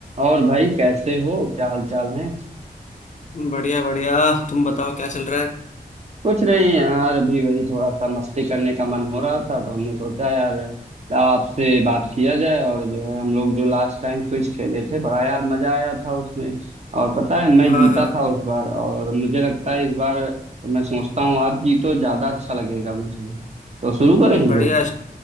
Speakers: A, on the right; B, on the left.
A: और भाई कैसे हो क्या हाल चाल है
B: बढ़िया बढ़िया तुम बताओ क्या चल रहा है
A: कुछ नहीं यार अभी वही थोड़ा सा मस्ती करने का मन हो रहा था तो हमने सोचा यार लाओ आपसे बात किया जाए और जो है हम लोग जो लास्ट टाइम क्विज खेले थे बड़ा यार मजा आया था उसमें और पता है मैं
B: हाँ
A: जीता
B: हाँ
A: था उस बार और मुझे लगता
B: हम्म,
A: है इस बार मैं सोचता हूँ आप जीतो ज्यादा अच्छा लगेगा मुझे तो शुरू करें हम
B: बढ़िया
A: लोग